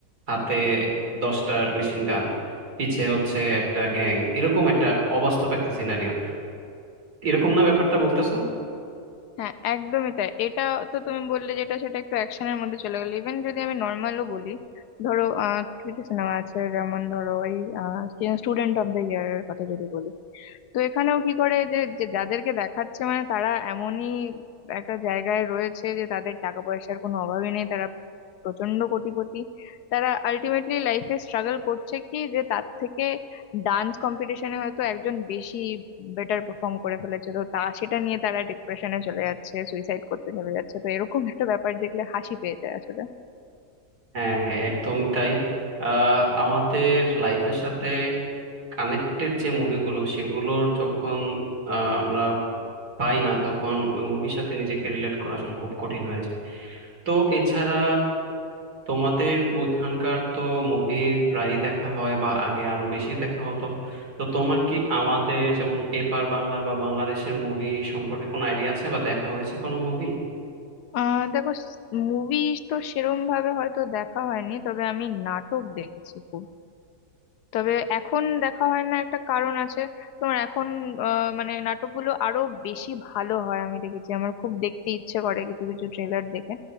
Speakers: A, on the right (about 75°); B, on the left (about 80°).
A: হাতে দশটার মেশিন গান পিছে হচ্ছে একটা গ্যাং এরকম একটা অবাস্তব একটা সিনারিও এরকম না ব্যাপারটা বলতেছো
B: হ্যাঁ একদমই তাই এটা তো তুমি বললে যেটা সেটা একটু অ্যাকশনের মধ্যে চলে গেলো ইভেন যদি আমি নর্মালও বলি ধরো আহ কিছু সিনেমা আছে যেমন ধরো ওই স্টুডেন্ট অফ দ্য ইয়ার এর কথা যদি বলি তো এখানেও কি করে যে যে যাদেরকে দেখাচ্ছে মানে তারা এমনই একটা জায়গায় রয়েছে যে তাদের টাকা পয়সার কোনো অভাবই নেই তারা প্রচন্ড কোটিপতি তারা আলটিমেটলি লাইফে স্ট্রাগল করছে কি যে তার থেকে ডান্স কম্পিটিশনে হয়তো একজন বেশি বেটার পারফর্ম করে ফেলেছে তো তা সেটা নিয়ে তারা ডিপ্রেশনে চলে যাচ্ছে সুইসাইড করতে চলে যাচ্ছে তো এরকম একটা ব্যাপার দেখলে হাসি পেয়ে যায় আসলে
A: হ্যাঁ হ্যাঁ একদম তাই আহ, আমাদের লাইফের সাথে কানেক্টেড যে মুভিগুলো সেগুলোর যখন আহ, আমরা পাই না তখন ওই মুভির সাথে নিজেকে রিলেট করা আসলে খুব কঠিন হয়ে যায় তো এছাড়া তোমাদের ওইখানকার তো মুভি প্রায়ই দেখা হয় বা আগে আরো বেশি দেখা হতো তো তোমার কি আমাদের যেমন এপার বাংলার বা বাংলাদেশের মুভি সম্পর্কে কোনো আইডিয়া আছে বা দেখা হয়েছে কোনো মুভি
B: আহ দেখো মুভি তো সেরম ভাবে হয়তো দেখা হয়নি তবে আমি নাটক দেখেছি খুব তবে এখন দেখা হয় না একটা কারণ আছে তোমার এখন আহ, মানে নাটকগুলো আরো বেশি ভালো হয় আমি দেখেছি আমার খুব দেখতে ইচ্ছে করে কিছু কিছু ট্রেলার দেখে